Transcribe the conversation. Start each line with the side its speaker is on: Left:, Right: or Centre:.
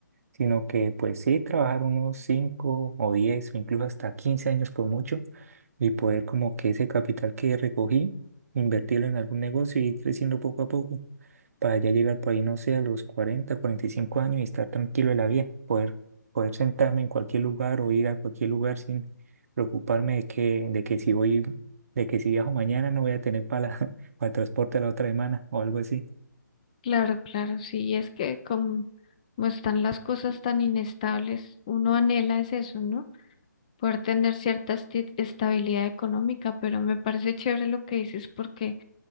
Right: sino que pues sí, trabajar unos 5 o 10 o incluso hasta 15 años por mucho y poder como que ese capital que recogí, invertirlo en algún negocio y ir creciendo poco a poco para ya llegar por ahí, no sé, a los cuarenta cuarenta y cinco años y estar tranquilo en la vida, poder, poder sentarme en cualquier lugar o ir a cualquier lugar sin preocuparme de que, de que si voy, de que si viajo mañana no voy a tener para, la- <laughs> para el transporte la otra semana o algo así.
Left: Claro, claro, sí, es que como, como están las cosas tan inestables, uno anhela es eso, ¿no? Poder tener cierta esti- estabilidad económica, pero me parece chévere lo que dices porque